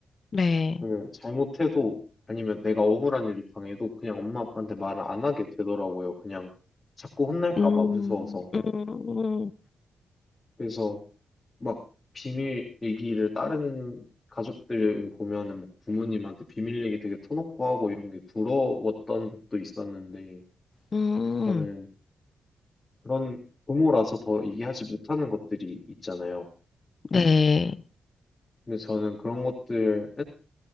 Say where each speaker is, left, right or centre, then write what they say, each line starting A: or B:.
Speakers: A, on the left; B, on the left.
A: 네.
B: 저는 잘못해도 아니면 내가 억울한 일을 당해도 그냥 엄마 아빠한테 말을 안 하게 되더라고요. 그냥 자꾸 혼날까
A: 음,
B: 봐 무서워서.
A: 음, 음,
B: 그래서 막 비밀 얘기를 다른 가족들 보면은 막 부모님한테 비밀 얘기 되게 터놓고 하고 이런 게 부러웠던 것도 있었는데
A: 음.
B: 저는 그런 부모라서 더 얘기하지 못하는 것들이 있잖아요.
A: 네.
B: 근데 저는 그런 것들은